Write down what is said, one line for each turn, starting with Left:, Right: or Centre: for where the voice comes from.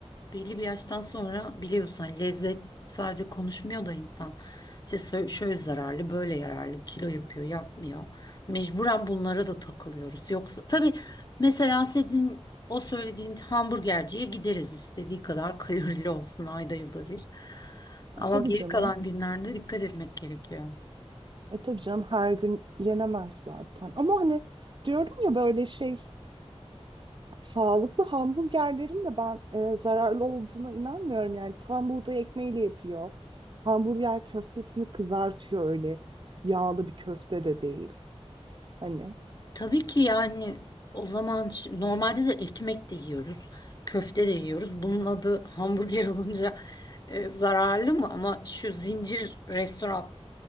Left: belli bir yaştan sonra biliyorsun hani lezzet sadece konuşmuyor da insan. İşte sö- şöyle zararlı, böyle yararlı, kilo yapıyor, yapmıyor. Mecburen bunlara da takılıyoruz. Yoksa tabii mesela senin o söylediğin hamburgerciye gideriz istediği kadar <laughs> kalorili olsun ayda yılda bir. Ama
Right: E, tabii
Left: geri
Right: canım.
Left: kalan günlerde dikkat etmek gerekiyor.
Right: E tabii canım her gün yenemez zaten. Ama hani diyorum ya böyle şey Sağlıklı hamburgerlerin de ben e, zararlı olduğuna inanmıyorum. Yani tam buğday ekmeğiyle yapıyor. Hamburger köftesini kızartıyor öyle. Yağlı bir köfte de değil. Hani
Left: Tabii ki yani o zaman şi- normalde de ekmek de yiyoruz, köfte de yiyoruz. Bunun adı hamburger <laughs> olunca e, zararlı mı? Ama şu zincir restoran